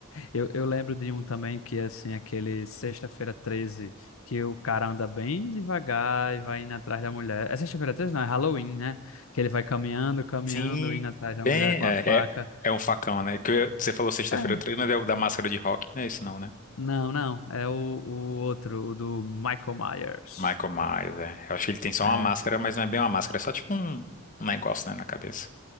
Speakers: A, on the left; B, on the left.
A: Eu, eu lembro de um também que é assim, aquele Sexta-feira treze que o cara anda bem devagar e vai indo atrás da mulher. É Sexta-feira treze Não, é Halloween, né? Que ele vai caminhando, caminhando,
B: Sim,
A: indo atrás da
B: bem,
A: mulher com
B: é,
A: a faca.
B: é, é um facão, né? Que eu- você falou sexta-feira
A: É,
B: 13, mas é o da máscara de rock, não é esse não, né?
A: não, não. É o, o outro, o do Michael Myers.
B: Michael Myers, é. Eu acho que ele tem só
A: É.
B: uma máscara, mas não é bem uma máscara, é só tipo um, um negócio, né, na cabeça.